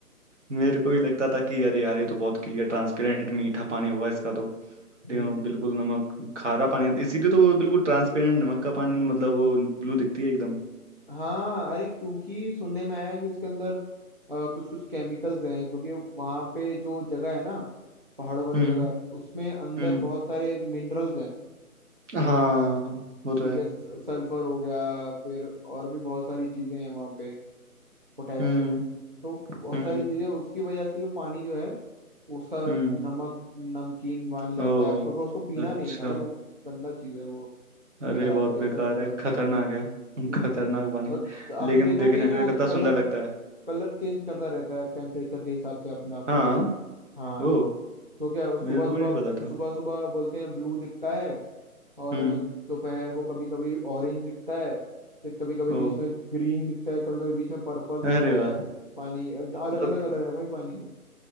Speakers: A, on the right; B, on the right.
A: मेरे को भी लगता था कि अरे यार ये तो बहुत क्लियर ट्रांसपेरेंट मीठा पानी होगा इसका तो
B: हम्म,
A: लेकिन वो बिल्कुल नमक खारा पानी है। इसीलिए तो वो बिल्कुल ट्रांसपेरेंट नमक का पानी मतलब वो ब्लू दिखती है एकदम
B: हाँ अरे क्योंकि सुनने में आया है कि उसके अंदर कुछ कुछ केमिकल्स हैं क्योंकि वहां पे जो जगह है ना पहाड़ों वाली
A: हम्म
B: जगह
A: हम्म
B: उसमें अंदर
A: हम्म।
B: बहुत सारे मिनरल्स हैं
A: हाँ वो तो
B: ठीक
A: है
B: है सल्फर हो गया फिर और भी बहुत सारी चीजें हैं वहां पे पोटेशियम
A: हम्म
B: तो बहुत
A: हम्म
B: सारी चीजें हैं। उसकी वजह से जो पानी जो है उसका
A: हम्म
B: नमक नमकीन पानी लगता
A: ओ
B: है आपको पर उसको पीना
A: अच्छा
B: नहीं भाई वो गंदा चीज है वो
A: अरे
B: अंदर आपको
A: बहुत
B: इफेक्ट
A: बेकार
B: कर
A: है
B: सकता
A: खतरनाक
B: है
A: है
B: हम्म
A: <laughs> खतरनाक बानी
B: और
A: है।
B: आपने
A: लेकिन
B: देखा
A: देखने
B: नहीं वो
A: में कितना
B: कलर
A: सुंदर लगता है
B: कलर चेंज करता रहता है टेम्परेचर के हिसाब से अपना
A: हाँ
B: पानी हाँ
A: ओ
B: तो क्या
A: मेरे
B: सुबह सुबह
A: को नहीं पता था
B: सुबह सुबह बोलते हैं ब्लू दिखता है और
A: हम्म
B: दोपहर को कभी कभी ऑरेंज दिखता है फिर कभी कभी बीच
A: ओ
B: में ग्रीन दिखता है कभी कभी बीच में पर्पल दिखता
A: अरे वाह
B: है पानी अलग
A: मतलब
B: अलग कलर है भाई पानी